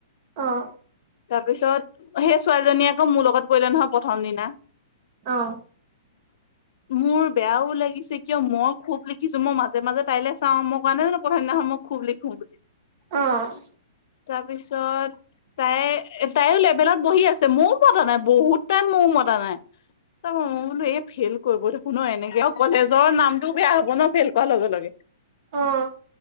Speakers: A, on the right; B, on the left.
A: অঁ।
B: তাৰপিছত সেই ছোৱালীজনীয়ে আক' মোৰ লগত পৰিলে নহয় প্ৰথম দিনা।
A: অঁ।
B: <inaudible> মোৰ বেয়াও লাগিছে কিয়? মই খুব লিখিছোঁ। মই মাজে মাজে তাইলে চাওঁ। মই কোৱা নাই জানো প্ৰথম দিনাখন মোক খুব লিখো বুলি।
A: অঁ।
B: তাৰপিছত তাই তাইও লেভেলত বহি আছে, ময়ও মতা নাই বহুত টাইম ময়ো মতা নাই। ত বোলো এই ফেইল কৰিব দেখোন ন এনেকে কলেজৰ নামটো বেয়া হব ন ফেইল কৰাৰ লগে লগে।
A: অহ।